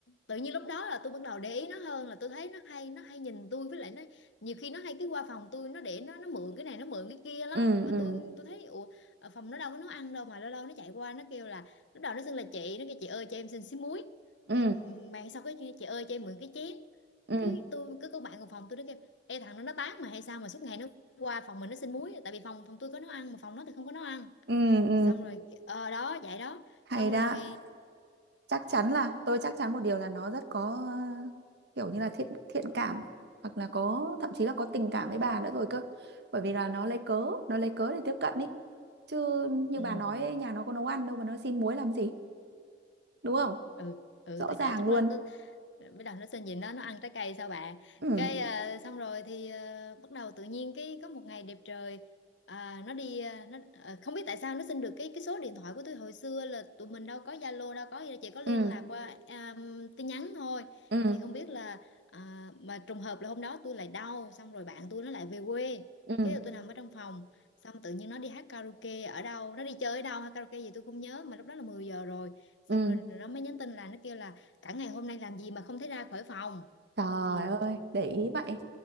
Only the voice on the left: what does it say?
tự nhiên lúc đó là tôi bắt đầu để ý nó hơn là tôi thấy nó hay nó hay nhìn tôi với lại nó nhiều khi nó hay cái qua phòng tôi nó để nó nó mượn cái này nó mượn cái kia lắm
mà
tôi tôi thấy ủa ở phòng nó đâu có nấu ăn đâu mà lâu lâu nó chạy qua nó kêu là lúc đầu nó xưng là chị nó kêu chị ơi cho em xin xí muối
cái mạng sau cái chị ơi cho em mượn cái chén
cái tôi cứ cô bạn cùng phòng tôi nó kêu ê thằng nó nó tán mà hay sao mà suốt ngày nó qua phòng mình nó xin muối tại vì phòng phòng tôi có nấu ăn mà phòng nó thì không có nấu ăn
xong rồi ờ đó vậy đó
xong
rồi
ừ
ừ, ừ
tôi
chạy chắc
nó, nó bắt đầu nó xin nhìn nó nó ăn trái cây sao bà
cái ờ, xong rồi thì ờ, bắt đầu tự nhiên cái có một ngày đẹp trời à, nó đi ờ, nó ờ, không biết tại sao nó xin được cái cái số điện thoại của tôi hồi xưa là tụi mình đâu có Zalo đâu có gì đâu, chỉ có liên
lạc qua à, tin nhắn thôi
thì không biết là à, mà trùng hợp là hôm đó tôi lại đau xong rồi bạn tôi nó lại về quê
cái tôi nằm ở trong phòng xong tự nhiên nó đi hát karaoke ở đâu nó đi chơi ở đâu hát karaoke gì tôi không nhớ mà lúc đó là 10 giờ rồi xong
rồi nó mới nhắn tin là nó kêu là cả ngày hôm nay làm gì mà không thấy ra khỏi phòng
thì